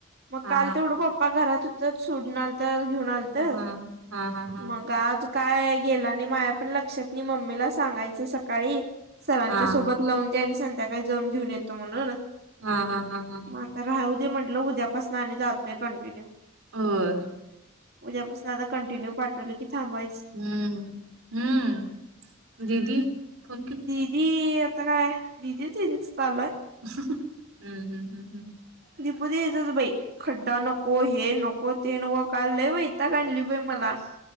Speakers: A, on the right; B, on the right.
A: मग
B: हा
A: काल तेवढं पप्पा पप्पा घरात हुतत सोडून आलतं, घेऊन आलतं
B: हा हा हा हा हा
A: मग आज काय गेला? आणि माया पण लक्षात नाही, मम्मीला सांगायच सकाळी. सरांच्या
B: हा
A: सोबत लावून दे, आणि संध्याकाळी जाऊन घेऊन येतो म्हणून,
B: हा हा हा हा
A: मग आता राहू दे म्हटलं, उद्यापासून आणि जातोय कंटिन्यूव.
B: होय.
A: उद्यापासून आता कंटिन्यूव पाठवलं की थांबा
B: हम्म! हम्म दीदी फोन केलती?
A: ती आता काय दिदी <unintelligible> चालूयं.
B: <unintelligible> ह ह ह.
A: दीपू दिदीचचं बाई! खड्डा नको हे नको ते नको, काल लय वैताग आणली बाई! मला.